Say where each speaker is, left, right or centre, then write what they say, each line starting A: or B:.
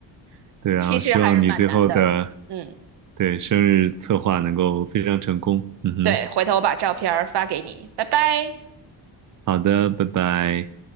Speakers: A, on the right (about 55°); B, on the right (about 40°).
A: <laughs>
B: 对啊，
A: 其实还是蛮难的。
B: 我希望你最后的
A: 嗯，
B: 对生日策划能够非常成功。嗯哼。
A: 对，回头我把照片儿发给你，拜拜。
B: 好的，拜拜。